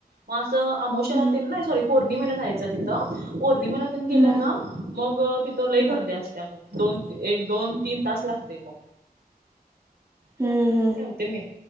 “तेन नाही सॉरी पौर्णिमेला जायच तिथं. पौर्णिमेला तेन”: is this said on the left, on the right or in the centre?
Right